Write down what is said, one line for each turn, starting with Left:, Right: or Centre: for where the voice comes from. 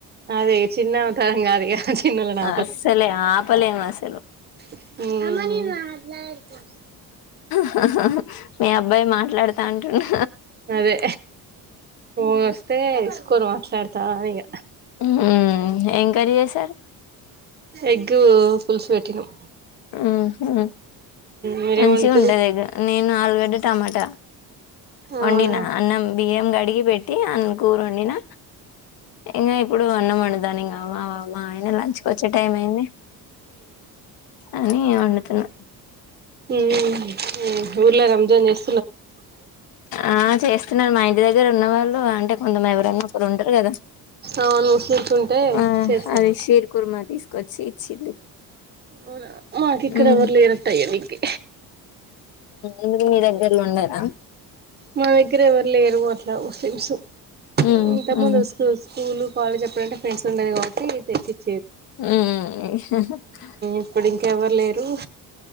Right: అదే చిన్నమే తరం కాదు ఇగ చిన్నోళ్ళని
Left: అస్స్ లే ఆపలేమ అసలు
Right: మ్
Left: హ హ మీ అబ్బాయి మాట్లాడ్తా అంటుండు.
Right: అదే ఫోన్ వస్తే ఎస్కోన్ మాట్లాడ్తా ఇగ
Left: మ్ ఏం కర్రీ చేసార్
Right: ఎగ్గూ పులసు వెట్టినం.
Left: మ్ హ్
Right: మీరేం
Left: మంచిగుంటది
Right: వండుతుర్రు
Left: ఎగ్ నేను ఆలుగడ్డ టమాట వండిన
Right: అవునా
Left: అన్నం బియ్యం గడిగి పెట్ టి అన్ కూర వొండిన ఇంగ ఇప్పుడు అన్నం వొండుతాన్న ఇంగ మా ఆయన లంచ్ వొచ్చే టైం అయింది. అని వండుతున్నా
Right: మ్ ఊర్ల రంజాన్ చేస్
Left: ఆ చేస్తున్నరు మా ఇంటి దగ్గర ఉన్నవాళ్ళు అంటే కొంత ఎవరు రన్న ఒకరు ఉంటరు కదా
Right: అవును ముస్లిమ్స్ ఉంటే
Left: ఆ
Right: చేస్తారు
Left: అది శిర్ కుర్మా తీస్ కొచ్చి ఇచ్చింది.
Right: అవునా మాకిక్కడ
Left: మ్మ్
Right: ఎవర్ లేర్ అట్ట ఇయ్యనీకి
Left: ఎందుకు మీ దగ్గరలో ఉండరా
Right: మా దగ్గర ఎవర్ లేరు అట్లా ముస్లిమ్స్
Left: మ్మ్
Right: ఇంతకు
Left: మ్మ్
Right: ముందు స్కూల్స్ స్కూల్, కాలేజ్ అప్పుడంటే ఫ్రెండ్స్ ఉండేది కాబట్టి తెచ్చి
Left: మ్ మ్
Right: ఇప్పుడింకెవర్ లేరు